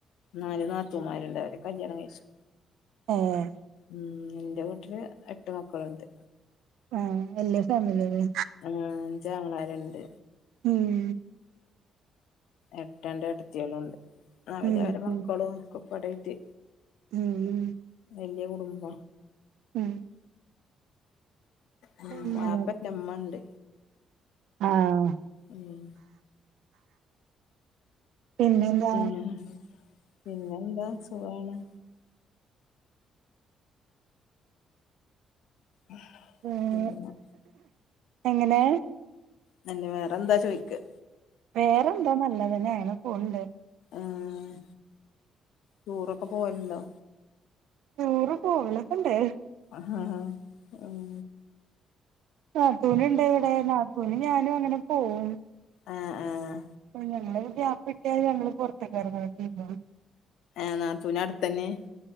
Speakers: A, on the left; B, on the right.
A: നാല് നാത്തൂമാരുണ്ട് അവര് കല്യാണം കഴിച്ചു
B: ഏഹ്
A: ഉം എന്റെ വീട്ടില് എട്ട് മക്കളുണ്ട്
B: ആഹ് വല്യ ഫാമിലിയല്ലേ
A: അഞ്ച് ആങ്ങളമാരുണ്ട്
B: ഉം
A: ഏട്ടൻ്റെ ഏട്ടത്തികളുണ്ട് അവര്
B: ഉം
A: അവര മക്കളും
B: ഉം
A: ഒക്കപാടായിട്ട്
B: ഉം
A: വല്യ കുടുംബ
B: ഉം
A: ഉം
B: അങ്ങനെ
A: ബാപ്പയില്ല ഉമ്മ ഒണ്ട്
B: ആഹ്
A: ഉം
B: പിന്നെന്താ
A: ഉം പിന്നെന്താ സുഖാണോ ഉം
B: ഏഹ്
A: പിന്ന
B: എങ്ങനെ
A: ന്നന്നെ വേറെന്താ ചോദിക്ക
B: വേറെന്താ നല്ലതന്നെ അങ്ങനെ പോവ്ണ്ട്
A: ആഹ് ടൂറൊക്കെ പോവല്ണ്ടോ
B: ടൂറ് പോവലൊക്കണ്ട്
A: ആഹ് ഉം
B: നാത്തൂന്ണ്ട് ഇവടെ നാത്തൂനും ഞാനും അങ്ങനെ പോവും
A: ആഹ് ആഹ്
B: ഉം ഞങ്ങളൊന്ന് ഗ്യാപ്പ്ട്ടിയാല് ഞങ്ങള് പൊറത്ത് <unintelligible>
A: ഏഹ് നാൻ തുനാടു തന്നേ